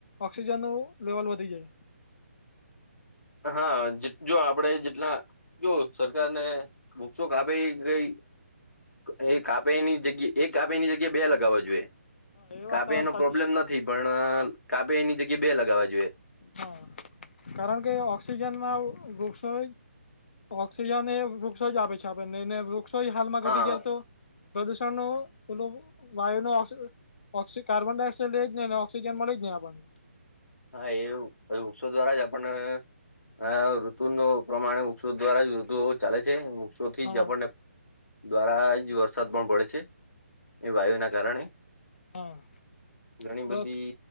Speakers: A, on the left; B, on the left.
A: ઓક્સિજન નું લેવલ વધી જાય.
B: હા જે જો આપડે જેટલા જો સરકારને વૃક્ષો કાપે ગઈ એ કાપ કાપેની જગ્યા એક કાપેની જગ્યા બે લગાવવા જોઈએ,
A: હા એ
B: કાપેનો
A: વાત તમારી સાચી
B: પ્રોબ્લેમ
A: છે
B: નથી. નથી પણ કાપે એની જગ્યા બે લગાવવા જોઈએ.
A: હા કારણ કે ઓક્સિજનમાં વૃક્ષો હોય. ઓક્સિજન એ વૃક્ષો જ આપે છે આપણને એને વૃક્ષો હાલમાં
B: હા.
A: ઘટી જાય તો. પ્રદુષણ ન વાયુ ન ઓક્ કાર્બન ડાયોક્સાડ લે જ ને ઓક્સિજન મળ જ ને આપણને.
B: હા એ વૃક્ષો દ્વારા જ આપણ હા ઋતુ ન પ્રમાણે વૃક્ષો દ્વારા જ ઋતુ ચાલે છે વૃક્ષોથી
A: હા
B: જ આપણને દ્વારા જ વરસાદ પણ પડે છે, એ વાયુ ના કારણે.
A: હા
B: ઘણી
A: તો
B: બધી